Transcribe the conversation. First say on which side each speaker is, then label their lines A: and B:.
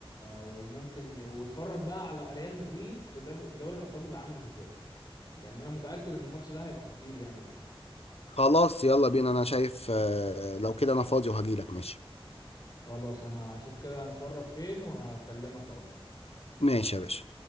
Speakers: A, on the left; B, on the left.
A: وممكن واتفرج بقى على ريال مدريد في دب... في دوري الابطال بيبقى عامل ازاي لان انا متاكد ان الماتش ده هيبقى خطير يعني بكره
B: خلاص يلا بينا انا شايف آه، لو كده انا فاضي وهجيلك ماشي
A: خلاص انا هشوف كده هنتفرج فين وهكلمك اقول
B: ماشي يا باشا